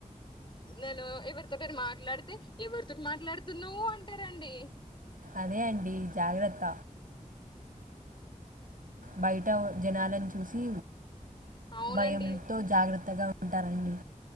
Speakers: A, on the left; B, on the right.
A: నేను ఎవరితో మాట్లాడితే ఎవరితోటి మాట్లాడుతున్నావ్ అంటారండి
B: అదే అండి జాగ్రత్త బైట్ ట జనాలను చూసి
A: అవునండి
B: భయంతో జాగ్రత్తగా ఉంటారండి